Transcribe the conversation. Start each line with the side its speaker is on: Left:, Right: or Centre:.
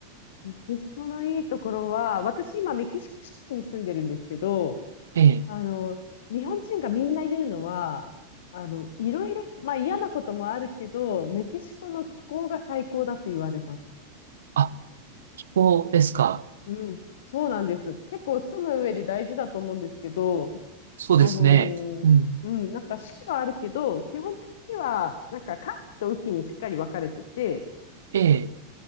Left: メキシコのいいところは、私今メキシコシティに住んでるんですけど、
Right: ええ。
Left: あの、日本人がみんな言うのは、あの、いろいろ、まあ嫌なこともあるけど、メキシコの気候が最高だって言われます。
Right: あ、気候ですか。
Left: うん、そうなんです。結構住む上で大事だと思うんですけど、
Right: そうですね。
Left: あのーうん、
Right: うん。
Left: なんか四季はあるけど、基本的には、なんか寒気と雨季にしっかり分かれてて、
Right: ええ。